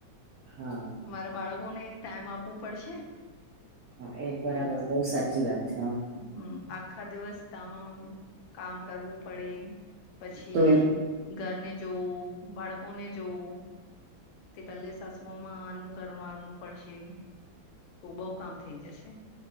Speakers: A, on the right (about 70°); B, on the left (about 75°).
A: હા.
B: મારા બાળકોને ટાઈમ આપવું પડશે.
A: હા એ બરાબર
B: તો
A: બઉુ સાચી વાત છે, હા
B: હમ આખા દિવસ તામાં કામ કરવું પડે પછી
A: તો એ
B: ઘરને જોવું બાળકોને જોવું. તે પેલે સાસુઓમાં અનુંકર વાનું પડશે તો બઉ કામ થઈ જશે